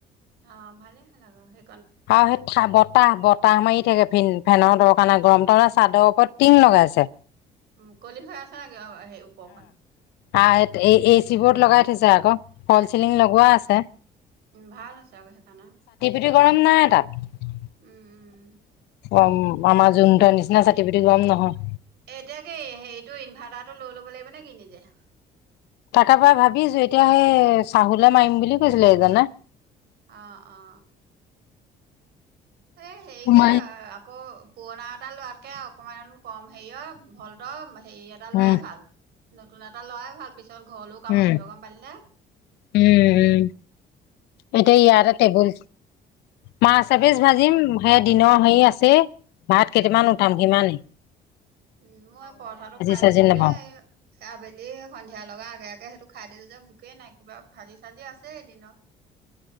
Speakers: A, on the right (about 70°); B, on the left (about 80°).
A: অ ভালে খালােই
B: আৰু সেই থ বতাহ বতাহ কতাহ মাৰি থাকে ফ ফেনৰ দ কাৰণে গৰম তাৰে চাদৰ ওপৰত টিন লগাইছে।
A: মুকলি হৈ আছে নেকি সেই ওপৰখন
B: অ
A: উম
B: এই এ চি বোৰত লগাই থ থৈছে অক ফল ছিলিং লগোৱা আছে।
A: উম ভাল হৈছে আকৌ সেইকাৰণে
B: গৰম নাই তাত
A: উম উম
B: আমাৰ যোন নিচিনা চাতি পি গম নহয়।
A: এতিয়া কি হেৰিতটো ইনভাৰ্টাৰটো লৈ ল'ব লাগিব নে কি নিজে।
B: তাৰ পৰা ভাবি আছো এতিয়া সেই চাহে মাৰিম বুলি কৈছিলে এইজনে।
A: অ অ। এ সেকে
B: উম,
A: আকৌ পুৰণা এটা লোৱাতকে অকণমান কম হেৰিয় ভলত হেৰি এটা
B: উম,
A: লোৱাই ভাল। নতুন এটা লয় ভাল পিছত ঘৰলৈও কামত
B: উম,
A: আহিব গম পালিনে।
B: উম, উম। এতিয়া ইয়াত এটা টেবুল মাছ এপেজ ভাজিম সেই দিনৰ হেৰি আছে ভাত কেইটামান
A: উম
B: উঠাম সিমানে।
A: উম মই পৰঠাতো খাই
B: চাজি
A: দিলো
B: নাপাওঁ
A: যে আবেলি সন্ধিয়া লগা আগেগে তাকে সেইটো খাই দিলো যে ভোকেই নাই কিবা ভাজি চাজি আছে এদিনত।